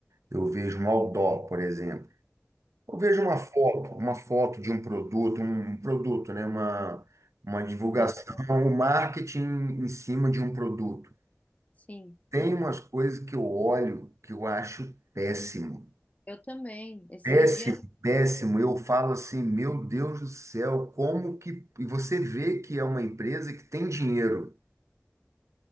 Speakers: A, on the right; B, on the left.
A: eu vejo um outdoor, por exemplo. Eu vejo uma foto, uma foto de um produto, um produto, né, uma uma divulgação,
B: Uma-
A: um marketing em cima de um produto.
B: Sim,
A: Tem umas coisas que eu olho que eu acho péssimo.
B: eu também. Esses
A: Péssimo,
B: dias,
A: péssimo. Eu falo assim, meu Deus do céu, como que. E você vê que é uma empresa que tem dinheiro.